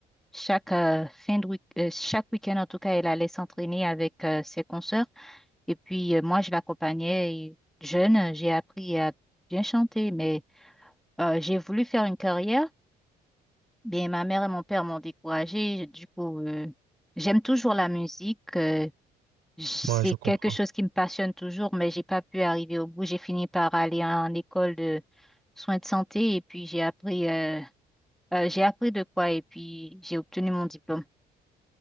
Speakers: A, in the centre; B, on the right.
A: Chaque euh, fin de week- euh, chaque week-end, en tout cas, elle allait s'entraîner avec euh, ses consoeurs. Et puis, euh, moi, je l'accompagnais et jeune. euh, J'ai appris à bien chanter, mais euh, j'ai voulu faire une carrière. Mais ma mère et mon père m'ont découragée. Du coup, euh, j'aime toujours la musique. euh, j- c'est
B: Moi, je comprends.
A: quelque chose qui me passionne toujours, mais j'ai pas pu arriver au bout. J'ai fini par aller en école de soins de santé et puis j'ai appris, euh, euh, j'ai appris de quoi et puis j'ai obtenu mon diplôme.